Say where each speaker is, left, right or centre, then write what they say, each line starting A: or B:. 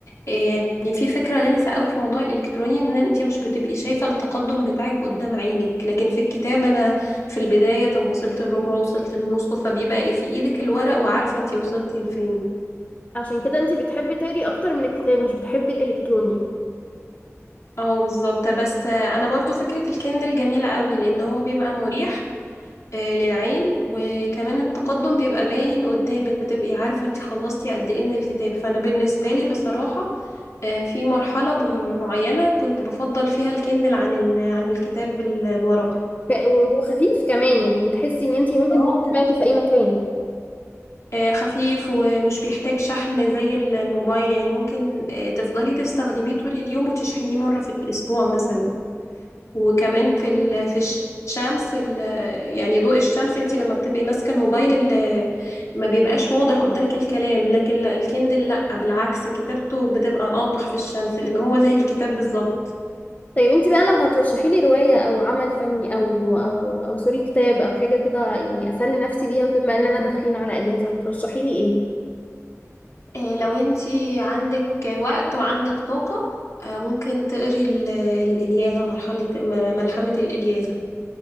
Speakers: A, on the left; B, on the left.
A: آه، يعني في فكرة غلسة قوي في موضوع الالكتروني ان انتي مش بتبقي شايفة التقدم بتاعك قدام عينك لكن في الكتاب انا في البداية طب وصلت الربع وصلت النص فبيبقى في ايدك الورق وعارفة انتي وصلتي لفين
B: عشان كده انتي بتحبي تقري اكتر من الكتاب مش بتحبي الالكتروني
A: اه بالظبط بس انا برضو فكرة الكندل جميلة قوي لان هو بيبقى مريح آه، للعين وكمان التقدم بيبقى باين قدامك بتبقي عارفة انت خلصتي قد ايه من الكتاب فانا بالنسبة لي بصراحة آه، في مرحلة ب- معينة كنت بفضل فيها الكندل عن ال- عن الكتاب ال- الورقي
B: ف- وخفيف كمان يعني بتحسي ان انتي ممكن
A: اه
B: تاخديه
A: جميل
B: معاكي في اي مكان
A: آه، خفيف ومش بيحتاج شحن زي ال- الموبايل يعني ممكن آه، تفضلي تستخدميه طول اليوم وتشحنيه مرة في الأسبوع مثلا وكمان في ال- في الشمس ال- يعني ضوء الشمس انت لما بتبقي ماسكه الموبايل ال- ما بيبقاش واضح قدامك الكلام لكن لا الكندل لا بالعكس كتابته بتبقى اوضح في الشمس لان هو زي الكتاب بالظبط
B: طيب انتي بقى لو هترشحي لي رواية او عمل فني او او او سوري كتاب او حاجة كده يعني اسلي نفسي بيها بما اننا داخلين على اجازة هترشحي لي ايه
A: آه، لو انت عندك وقت وعندك طاقه آه، ممكن تقري ال- الإلياذة مرحله م- ملحمه الإلياذة